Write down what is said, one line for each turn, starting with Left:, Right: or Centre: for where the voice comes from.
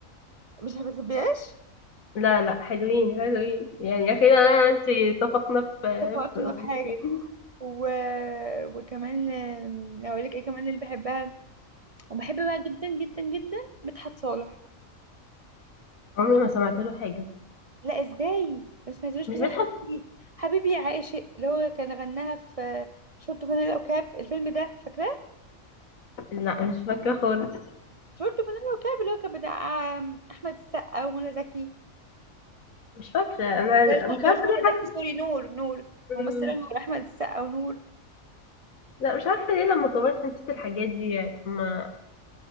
Right: مش بتحبهاش
Left: لا لا حلوين حلوين يعني اخيرا انا وانت اتفقنا في
Right: اتفقنا
Left: في اغنيتين
Right: في حاجة و... وكمان آم، أقول لك إيه كمان اللي بحبها وبحب بقى جدا جدا جدا مدحت صالح
Left: عمري ما سمعت له حاجة
Right: لا ازاي بس ما ينزلوش
Left: مش
Right: مثلا
Left: مدحت
Right: حبيبي حبيبي يا عاشق اللي هو كان غناها في شورت فانيلا وكاب الفيلم ده فاكراه
Left: لا مش فاكرة خالص
Right: شورت فانيلا وكاب اللي هو كان بتاع آم، احمد السقا ومنى زكي
Left: مش فاكرة انا
Right: لا مش
Left: مش
Right: احمد
Left: عارفة
Right: مش منى زكي
Left: ليه
Right: سوري نور نور
Left: حاسة
Right: الممثله نور احمد السقا ونور
Left: لا مش عارفة ليه لما كبرت نسيت الحاجات دي يعني ما